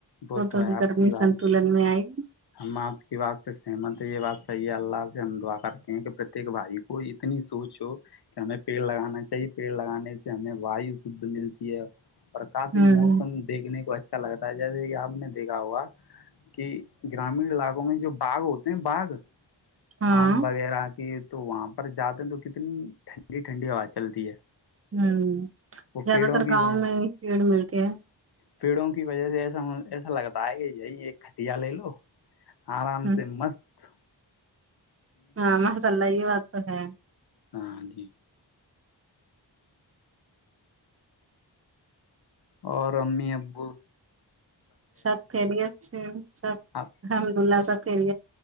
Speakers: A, on the left; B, on the right.
A: وہ
B: تو تو
A: ہے آپ
B: گرمی
A: کی بات
B: سنتولن میں آئے گی
A: ہم آپ کی بات سے سہمت ہے یہ بات صحیح ہے اللہ سے ہم دعا کرتے ہیں کہ پرتیک بھائی کو اتنی سوچ ہو کہ ہمیں پیڑ لگانا چاہیے پیڑ لگانے سے ہمیں وایو شھ ملتی ہے اور کافی
B: ہوں
A: موسم دیکھنے کو اچھا لگتا ہے جیسے کہ آپ ہم نے دیکھا ہوا کہ گرامین علاقوں میں جو باغ ہوتے ہیں باغ
B: ہاں
A: آم وغیرہ کی تو وہ پر جاتے ہیں تو کتنی ٹھنڈی ٹھنڈی ہوا چلتی ہے
B: ہ
A: وہ
B: زیادہ
A: پیڑوں
B: تر
A: کی
B: گاؤں
A: وجہ
B: میں ہی پیڑ ملتا کیا
A: پیڑوں کی وجہ سے ایسا ایسا لگتا ہے کہ یہی ایک کھٹیا لے لو آرام
B: ہ
A: سے مست اچ سا
B: ہاں مس اللہ یہ بات تو ہے
A: ہاں جی اور امی ابو
B: سب کہرییا اچھا سب
A: آپ
B: الحمد للہ سب کری